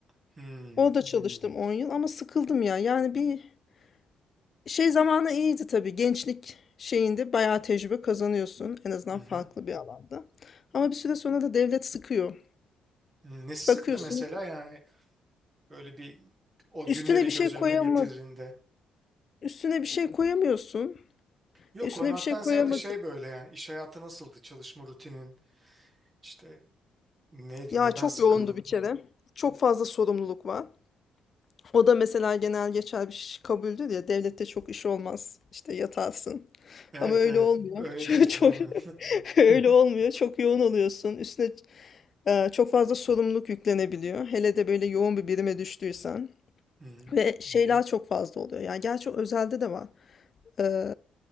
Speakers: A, on the right; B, on the left.
A: Hı
B: Orada çalıştım 10 yıl ama sıkıldım ya. Yani bir Şey zamanı iyiydi tabii. Gençlik şeyinde bayağı tecrübe kazanıyorsun. En azından
A: hı.
B: farklı bir alanda. Ama bir süre sonra da devlet sıkıyor.
A: Nesi sıktı
B: Bakıyorsun
A: mesela yani böyle bir o günleri
B: üstüne bir
A: göz
B: şey koyamı
A: önüne getirdiğinde.
B: üstüne bir şey koyamıyorsun.
A: Yok
B: E, Üstüne
A: koymaktan
B: bir şey koyamadı.
A: ziyade şey böyle yani iş hayatı nasıldı çalışma rutinin işte neydi
B: Ya
A: neden
B: çok
A: sıkıldım
B: yoğundu bir
A: falan.
B: kere. Çok fazla sorumluluk var. O da mesela genel geçer bir şey kabuldür ya devlette çok iş olmaz. İşte yatarsın.
A: Evet
B: Ama öyle
A: evet
B: olmuyor.
A: öyle
B: <laughs> Çok,
A: değil
B: çok
A: aynen.
B: <laughs> öyle olmuyor. Çok yoğun oluyorsun. Üstüne Ee, çok fazla sorumluluk yüklenebiliyor. Hele de böyle yoğun bir birime düştüysen.
A: <laughs> Hı hı.
B: Ve şeyler çok fazla oluyor. Yani gerçi o özelde de var. Ee,